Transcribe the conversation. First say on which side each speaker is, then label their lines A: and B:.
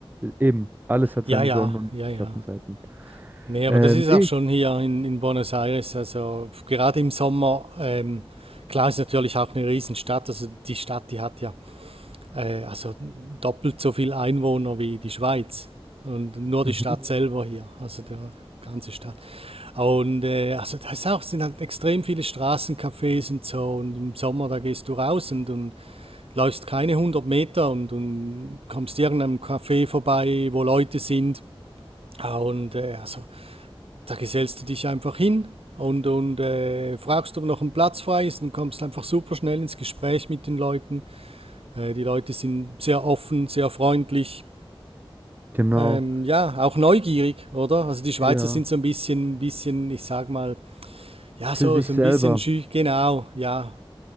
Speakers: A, on the right; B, on the right.
A: eben, alles hat
B: Ja,
A: seine
B: ja,
A: Sonnen- und
B: ja, ja.
A: Schattenseiten.
B: Nee, aber
A: Ähm,
B: das ist
A: nee.
B: auch schon hier in, in Buenos Aires. Also gerade im Sommer, ähm, klar ist natürlich auch eine Riesenstadt. Also die Stadt, die hat ja äh, also doppelt so viel Einwohner wie die Schweiz. Und nur
A: Mhm.
B: die Stadt selber hier, also der ganze Stadt. Und äh, also da ist auch, sind halt extrem viele Straßencafés und so. Und im Sommer, da gehst du raus und, und läufst keine hundert Meter und, und kommst irgendeinem Café vorbei, wo Leute sind. Ah, Und äh, also da gesellst du dich einfach hin und, und äh, fragst, ob noch ein Platz frei ist und kommst einfach super schnell ins Gespräch mit den Leuten. Äh, die Leute sind sehr offen, sehr freundlich.
A: Genau.
B: Ähm, ja, auch neugierig, oder? Also die Schweizer
A: Ja.
B: sind so ein bisschen, bisschen, ich sag mal, ja,
A: Für
B: so,
A: sich
B: so
A: selber.
B: ein bisschen schüch, genau, ja,